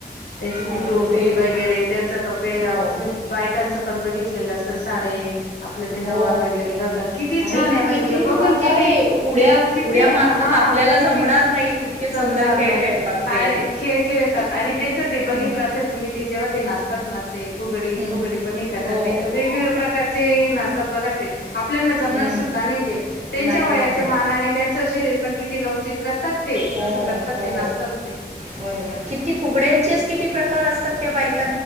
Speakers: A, on the left; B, on the right.
A: त्यांची ती
B: आणि
A: टोपी
B: दुसरी
A: वगैरे त्यांचा त पेराव
B: हो
A: तुम्ही बायकांच पण बघितलेलं असेल. साडे आपलं ते नवार
B: हो
A: वगैरे घालतात किती
B: आणि
A: छान आहे म्हणजे
B: किती
A: ते बघून
B: म्हातारे
A: किती
B: उड्या
A: किती
B: उड्या
A: हा
B: मारतात आपल्याला
A: किती
B: जमणार नाही तितके सुंदर
A: जमणार
B: खेळ
A: नाही
B: खेळतात
A: आणि
B: ते
A: खेळ खेळतात आणि त्यांच ते बघितलं
B: हं,
A: असेल तुम्ही ते जेव्हा ते नाचतात ना ते फुगडी
B: हं,
A: फुगडी पण हे करत
B: हो
A: आणि ते वेगवेग प्रकारचे नास्तात बघ ते. आपल्याना जमणार
B: हं,
A: सुद्धा नाही ते त्यांच्या
B: नाही
A: वयाच्या
B: जमणार
A: मानाने त्यांचं शरीर पण किती लवचिक करतात ते.
B: हो
A: तसं करतात
B: हो
A: ते नाचतात ते
B: बरोबर किती फुगड्यांचेच किती प्रकार असतात त्या बाईक.